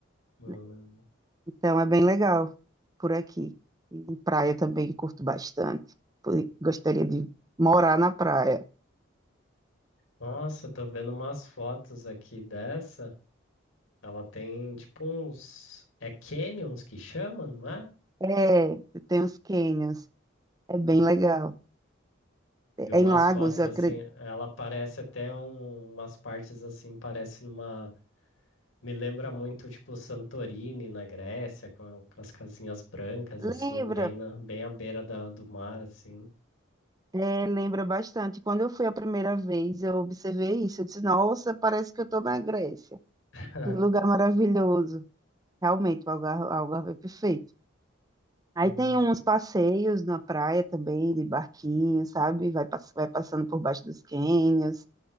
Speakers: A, on the left (about 85°); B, on the right (about 20°).
A: Hum,
B: né? Então é bem legal por aqui. E praia também curto bastante. Por- Gostaria de morar na praia.
A: Nossa, tô vendo umas fotos aqui dessa. Ela tem tipo uns. É canyons que chama, não é?
B: É, tem os cânions, é bem
A: E
B: legal. É
A: e umas
B: é em Lagos,
A: fotos
B: eu
A: assim.
B: acredito.
A: Ela parece até um- umas partes assim, parece numa. Me lembra muito tipo Santorini na Grécia, com, com as casinhas brancas,
B: Lembra?
A: assim, bem, na, bem à beira da, do mar, assim.
B: É, lembra bastante. Quando eu fui a primeira vez, eu observei isso. Eu disse, nossa, parece que eu estou na Grécia.
A: <laughs>
B: Que lugar maravilhoso. Realmente, o Algarve, o Algarve é perfeito. Aí
A: Nossa.
B: tem uns passeios na praia também, de barquinho, sabe? Vai, pass- vai passando por baixo dos cânions